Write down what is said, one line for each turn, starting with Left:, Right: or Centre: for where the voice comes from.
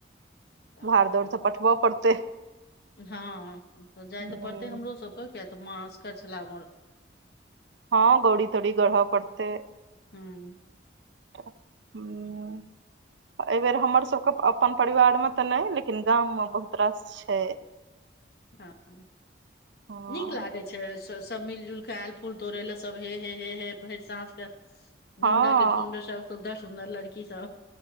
Left: तऽ
Right: भाड़ दौड़ तऽ पठबऽ पड़तै
Left: हँ तऽ जाय
Right: ह
Left: तऽ पड़तै हमरो सबके किया तऽ माँ असगर छला हमर
Right: हँ
Left: तऽ
Right: गौरी तौड़ी गढ़ पड़तै
Left: हूँ
Right: हुँ हुँ एहि बेेर हमर सबके अपन परिवार मे तऽ नय लेकिन गाम मे बहुत रास छै
Left: हँ
Right: हँ
Left: नीक लागे छै स सब मिल जुलके आयल फूल तोड़ै ले सब हे हे हे हे भरि साँस के
Right: हँ
Left: झुण्डक के झुंड सब सुन्दर सुन्दर लड़की सब